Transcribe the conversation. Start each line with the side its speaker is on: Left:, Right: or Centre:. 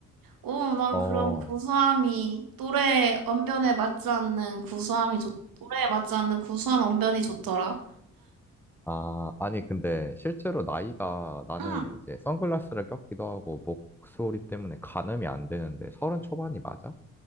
Right: 오, 난
Centre: 어.
Right: 그런 구수함이, 또래 언변에 맞지 않는 구수함이 좋, 또래에 맞지 않는 구수한 언변이 좋더라.
Centre: 아, 아니, 근데 실제로 나이가 나는
Right: 응,
Centre: 이제 선글라스를 꼈기도 하고 목소리 때문에 가늠이 안 되는데 서른 초반이 맞아?